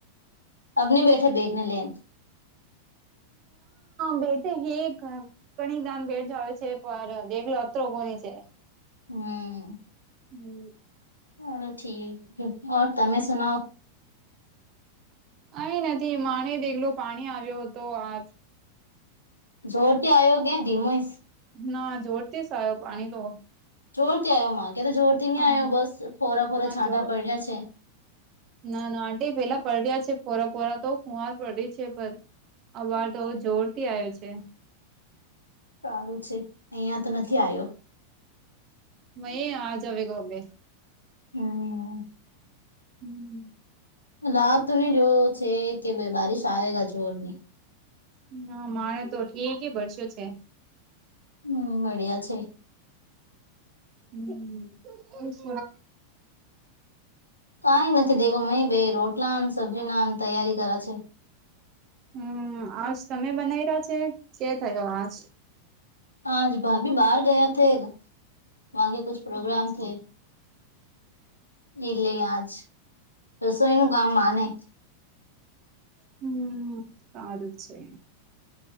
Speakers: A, on the left; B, on the right.
A: અબ ન બેઠે બેગને લેન
B: બે હ ઘણી દાન બેઠ જાવ છે પર દેલો અત્રરો કોની છે
A: હમ
B: હમ
A: ચાલો ઠીક તમે સુનાઓ
B: અં નથી માને દેગલો પાણી આવ્યો હતો આ
A: જોરથી આયોગે ધીમોઈસ
B: ના જોરતી સ આવો પાણી તો
A: જોરતી આવ્યો માં ક તો જોરતી નહી
B: હા
A: આવ્યો બસ ફોરા ફોરા છાંટા
B: જો
A: પડ્યા છે
B: ના ના આંટી પેલા પડ્યા છે ફોરા ફોરા તો કુંવાર પડડી છે પણ અ વાર તો જોર થી આવ્યો છે
A: સારું છે અહિયાં તો નથી આવ્યો
B: મ આજ આવે ગોબે
A: હમ
B: હમ
A: લ તો નઈ જો છે કે ભ બારીશ આવયેગ જોરની
B: હ માણે તો ઠીક ભરસો છે
A: હમ મળ્યા છે
B: હમ એ શ
A: કઈ નથી દેખો મહી બે રોટલા સબ્જી ના તૈયારી કરા છે
B: હમ આજ તમે બનાય રહ્યા છે કે થયો આજ
A: આાજ ભાભી બહાર ગયા થે વા કે કુછ પ્રોગ્રામ
B: હમ
A: થે એટલે આજ રસોઈ નું કા મ માને
B: હમ સારું છે